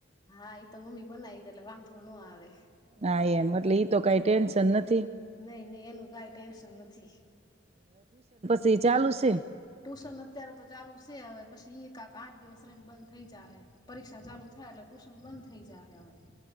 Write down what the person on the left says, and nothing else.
હા આતો ઇ તો મમ્મી બોનાયલા વાં ઘ નો આવે
નહી નહી એનું કઈ ટેન્શન નથી
ટુશન અત્યારે તો ચાલુ છે હવે પછીક આઠ દિવસ ર બંધ થઈ જાય હ પરીક્ષા ચાલુ થાય એટલે ટુશન બંધ થઇ જાય હ હવે